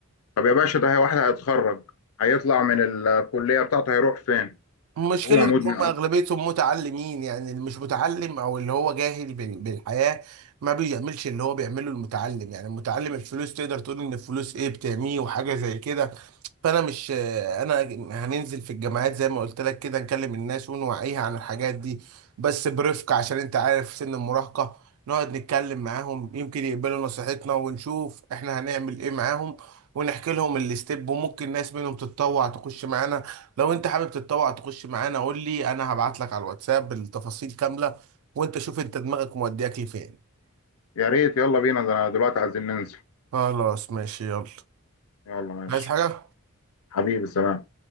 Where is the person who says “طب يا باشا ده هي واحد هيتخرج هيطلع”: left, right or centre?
Left